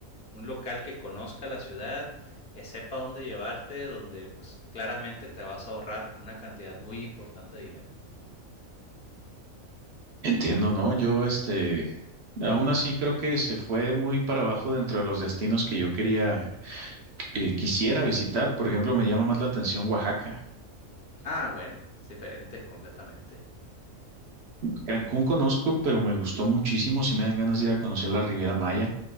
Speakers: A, on the left; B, on the right.
A: un local que conozca la ciudad, que sepa dónde llevarte, donde pues claramente te vas a ahorrar una cantidad muy importante de dinero.
B: Entiendo, ¿no? Yo, este, aún así creo que se fue muy para abajo dentro de los destinos que yo quería, que quisiera visitar. Por ejemplo, me llama más la atención Oaxaca.
A: Ah, bueno, es diferente completamente.
B: Cancún conozco, pero me gustó muchísimo. Si me dan ganas de ir a conocer la Riviera Maya.